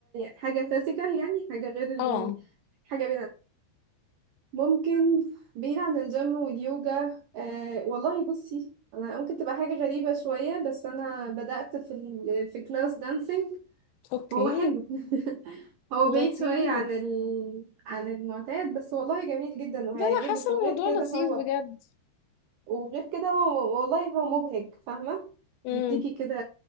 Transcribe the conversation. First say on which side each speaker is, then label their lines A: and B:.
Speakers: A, on the right; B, on the left.
A: حاجة فيزيكال يعني حاجة غير ال...
B: اه
A: حاجة ممكن بعيد عن الجيم واليوجا آه والله بصي انا ممكن تبقى حاجة غريبة شوية بس انا بدأت في ال... في كلاس دانسينج
B: اوكي
A: هو حلو <laughs> هو
B: لطيف
A: بعيد شوية عن ال... عن المعتاد بس والله جميل جدا وهيعجبك
B: لا لا حاسه
A: وغير
B: الموضوع
A: كده
B: لطيف
A: هو
B: بجد
A: وغير كده هو والله هو مبهج فاهمة
B: امم
A: بيديكي كده